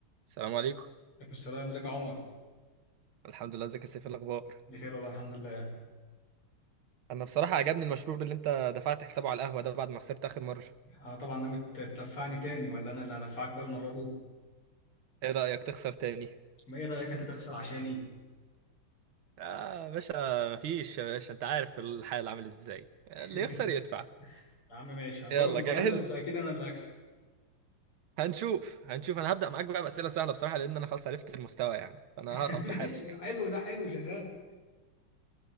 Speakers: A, on the right (about 70°); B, on the left (about 85°).
A: السلام عليكم
B: عليكم السلام ازيك يا عمر
A: الحمد لله ازيك يا سيف إيه الاخبار
B: بخير والله الحمد لله
A: انا بصراحه عجبني المشروب اللي انت دفعت حسابه على القهوه ده بعد ما خسرت اخر مره
B: آه طبعا ناوي تت- تدفعني تاني ولا انا اللي هدفعك بقى المره دي
A: ايه رايك تخسر تاني
B: ما ايه رايك انت تخسر عشاني
A: اه يا باشا مفيش يا باشا انت عارف الحال عامل ازاي اللي
B: <laughs>
A: يخسر يدفع
B: يا عم ماشي هنجرب
A: يلا
B: المره
A: جاهز
B: دي بس اكيد انا اللي هكسب
A: هنشوف هنشوف انا هبدا معاك بقى باسئله سهله بصراحه لان انا خلاص عرفت المستوى يعني فانا
B: <laughs>
A: هرقف
B: ماشي
A: بحالك
B: حلو ده حلو شغال